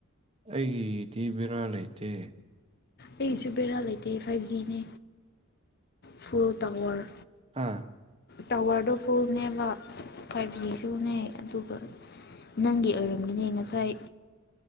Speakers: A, on the right (about 30°); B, on the left (about 50°).
A: ꯑꯩꯒꯤꯗꯤ ꯕꯦꯔꯥ ꯂꯩꯇꯦ
B: ꯑꯩꯒꯤꯁꯨ ꯕꯦꯔꯥ ꯂꯩꯇꯦ ꯐꯥꯏꯚ ꯖꯤꯅꯦ ꯐꯨꯜ ꯇꯥꯋꯔ
A: ꯍꯥꯥ
B: ꯇꯥꯋꯔꯗꯣ ꯐꯨꯜꯅꯦꯕ ꯐꯥꯏꯚ ꯖꯤꯁꯨꯅꯦ ꯑꯗꯨꯒ ꯅꯪꯒꯤ ꯑꯣꯏꯔꯝꯃꯤꯅꯦ ꯉꯁꯥꯏ